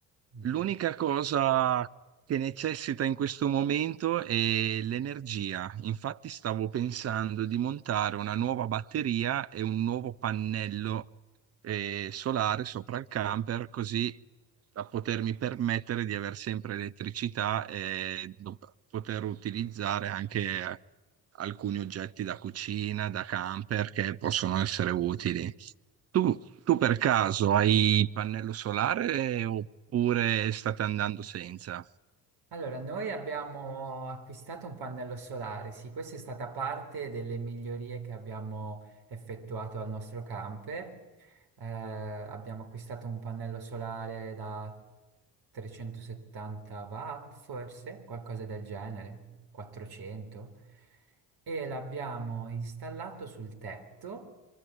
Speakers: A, on the right; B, on the right.
A: Mhm.
B: L'unica cosa che necessita in questo momento è l'energia. Infatti stavo pensando di montare una nuova batteria e un nuovo pannello eh, solare sopra il camper, così da potermi permettere di avere sempre elettricità e do- poter utilizzare anche eh, alcuni oggetti da cucina, da camper che possono essere utili. Tu, tu per caso hai il pannello solare oppure state andando senza?
A: Allora, noi abbiamo acquistato un pannello solare, sì, questa è stata parte delle migliorie che abbiamo effettuato al nostro camper. Eh, abbiamo acquistato un pannello solare da 370 watt, forse, qualcosa del genere, 400, e l'abbiamo installato sul tetto